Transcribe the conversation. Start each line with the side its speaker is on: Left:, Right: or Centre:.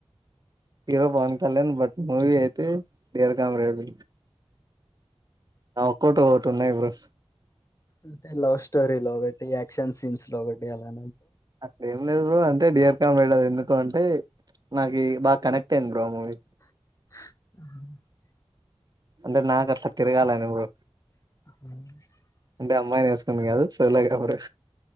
Right: Hero Pawan Kalyan but movie అయితే డియర్ కామ్రేడ్. ఒకటే ఒకటి ఉన్నాయి బ్రో.
Left: అయితే లవ్ స్టోరీ లో ఒకటి యాక్షన్ సీన్స్ లో ఒకటి అలా.
Right: అంతే. లేదు బ్రో అంటే డియర్ కామ్రేడ్ ఎందుకు అంటే నాకి బాగా కనెక్ట్ అయింది. బ్రో ఆ మూవీ
Left: హ <inaudible>
Right: అంటే నాకు అట్లా తీరగాలని బ్రో
Left: <unintelligible>
Right: అంటే అమ్మాయిని వేసుకొని కాదు. సోలోగా బ్రో